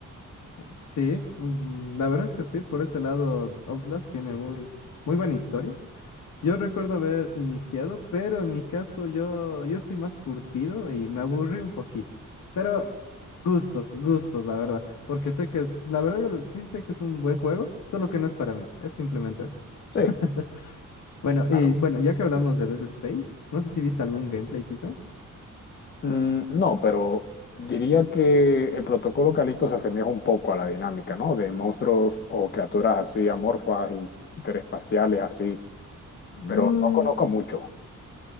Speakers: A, on the left; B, on the left.
A: Sí, mm, la verdad es que sí, por ese lado Outlast tiene muy, muy buena historia. Yo recuerdo haber iniciado, pero en mi caso yo, yo estoy más curtido y me aburrí un poquito. Pero gustos, gustos, la verdad. Porque sé que es, la verdad yo lo- sí sé que es un buen juego, solo que no es para mí. Es simplemente eso.
B: Sí,
A: <laughs> Bueno, y
B: claro.
A: bueno, ya que hablamos de Dead Space, no sé si viste algún gameplay quizá.
B: Mm, no, pero diría que el protocolo Calixto se asemeja un poco a la dinámica, ¿no? De monstruos o criaturas así amorfas, in- interespaciales, así,
A: Mm,
B: pero no conozco mucho.